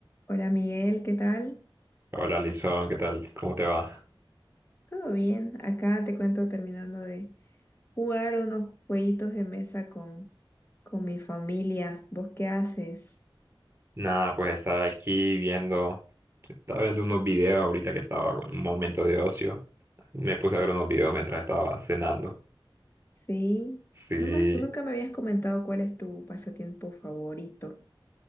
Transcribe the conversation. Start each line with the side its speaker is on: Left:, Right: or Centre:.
Left: Hola Miguel, ¿qué tal?
Right: Hola, Lizón, ¿qué tal? ¿Cómo te va?
Left: ¿Todo bien? Acá te cuento terminando de jugar unos jueguitos de mesa con, con mi familia. ¿Vos qué haces?
Right: Nada, pues estaba aquí viendo, estaba viendo unos videos ahorita que estaba en un momento de ocio. Me puse a ver unos videos mientras estaba cenando.
Left: Sí,
Right: Sí,
Left: no me has- nunca me habías comentado cuál es tu pasatiempo favorito.